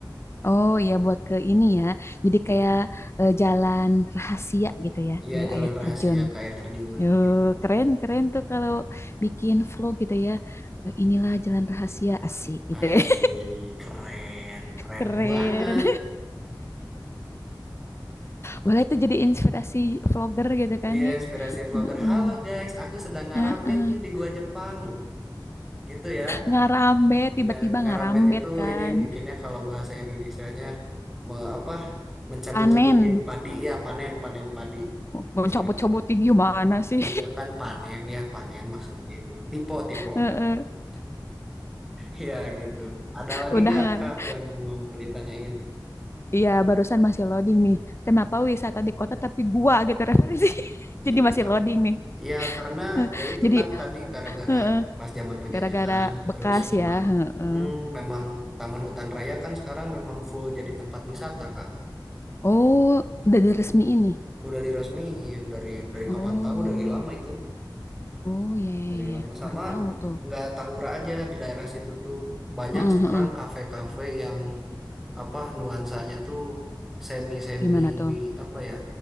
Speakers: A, on the left (about 35°); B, in the centre.
A: Oh iya buat ke ini ya. Jadi kayak eh, jalan rahasia gitu ya
B: Iya,
A: ke
B: jalan
A: air
B: rahasia
A: terjun.
B: ke air terjun
A: Yuh,
B: gitu.
A: keren keren tuh kalau bikin vlog gitu ya. Eh, Inilah jalan rahasia asik gitu
B: Asik,
A: ya. <laughs>
B: keren, keren
A: Keren.
B: banget.
A: Boleh tuh jadi inspirasi vlogger gitu kan
B: Iya,
A: ya.
B: inspirasi vlogger.
A: Heeh,
B: Halo guys, aku sedang ngarambet
A: heeh.
B: nih di Gua Jepang. Gitu ya.
A: Ngarambet tiba-tiba
B: Ya, ngarambet
A: ngarambet
B: itu
A: kan.
B: ini mungkinnya kalau bahasa Indonesianya me, apa mencabut-cabutin
A: Panen.
B: padi ya panen panen padi.
A: Mau
B: Iya
A: cobot-cobotin
B: gitu.
A: gimana sih?
B: Iya kan panen ya panen maksudnya itu. Tipe tipe
A: <laughs> Heeh,
B: aku tipe. <laughs> Iya gitu. Ada lagi
A: Udah
B: nggak
A: ngarang.
B: Kak yang mau ditanyain?
A: Iya, barusan masih loading nih. Kenapa wisata di kota tapi gua gitu referensi. <laughs> Jadi
B: I-
A: masih
B: Ka-
A: loading nih.
B: Iya karena
A: Eh,
B: ya itu
A: Jadi
B: kan tadi gara-gara
A: heeh,
B: pas zaman penjajahan
A: Gara-gara bekas
B: terus memang
A: ya. heeh.
B: mm, memang Taman Hutan Raya kan sekarang memang full jadi tempat wisata Kak.
A: Oh, udah diresmi ini.
B: udah diresmiin dari dari
A: Oh,
B: kapan tahu dari lama itu
A: oh ya, ya,
B: dari
A: ya,
B: lama
A: ya.
B: sama
A: Baru tahu tuh.
B: nggak tahura aja di daerah situ tuh banyak
A: Heeh,
B: sekarang
A: heeh.
B: kafe-kafe yang apa nuansanya tuh semi semi
A: Gimana tuh?
B: apa ya